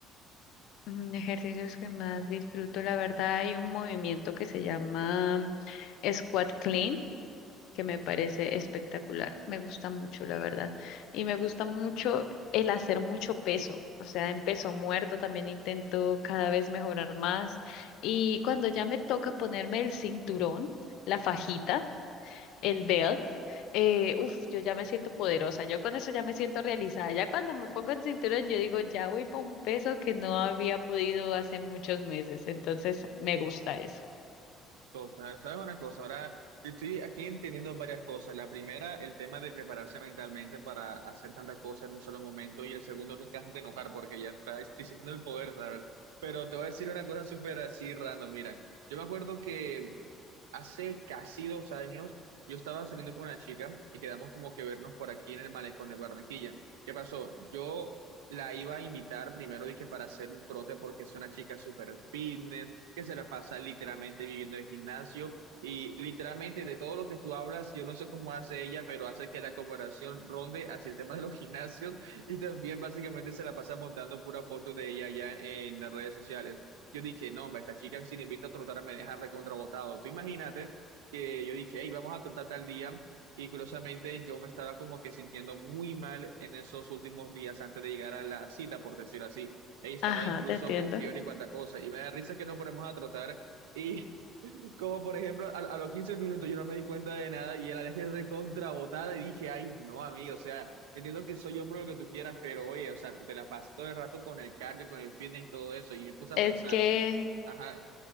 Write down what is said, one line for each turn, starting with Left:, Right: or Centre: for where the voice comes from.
Left: Mm, Ejercicios que más disfruto, la verdad, hay un movimiento que se llama mm, Squat Clean, que me parece espectacular, me gusta mucho, la verdad, y me gusta mucho el hacer mucho peso, o sea, en peso muerto también intento cada vez mejorar más, y cuando ya me toca ponerme el cinturón, la fajita, el belt, eh, uf, yo ya me siento poderosa, yo con eso ya me siento realizada, ya cuando me pongo el cinturón yo digo, ya voy para un peso que no había podido hace muchos meses, entonces me gusta eso.
Right: Total, ¿sabes una cosa? Ahora, yo estoy aquí entendiendo varias cosas. La primera, el tema de prepararse mentalmente para hacer tantas cosas en un solo momento. Y el segundo, nunca hacerte enojar porque ya está diciendo el poder, ¿sabes? Pero te voy a decir una cosa súper así random, mira. Yo me acuerdo que Hace casi dos años yo estaba saliendo con una chica y quedamos como que vernos por aquí en el malecón de Barranquilla. ¿Qué pasó? Yo la iba a invitar primero, dije, para hacer un trote porque es una chica súper fitness, que se la pasa literalmente viviendo en el gimnasio y literalmente de todo lo que tú hablas, yo no sé cómo hace ella, pero hace que la comparación ronde hacia el tema de los <laughs> gimnasios y también básicamente se la pasa montando pura foto de ella allá en las redes sociales yo dije, no, hombre, esta chica si le invito a trotar me deja recontrabotado. Tú imagínate que yo dije, hey, vamos a trotar tal día. Y curiosamente yo me estaba como que sintiendo muy mal en esos últimos días antes de llegar a la cita, por decirlo así. Ey, estaba
Left: Ajá,
Right: incluso
Left: te entiendo.
Right: con fiebre y cuanta cosa. Y me da risa que nos ponemos a trotar. Y <laughs> como por ejemplo, a, a los 15 minutos yo no me di cuenta de nada y ya la dejé recontrabotada y dije, ay, no, amigo, o sea, entiendo que soy hombre lo que tú quieras, pero oye, o sea, tú te la pasas todo el rato con el cardio, con el fitness y todo eso. Y me puse
Left: Es
Right: a pensar.
Left: que,
Right: Ajá,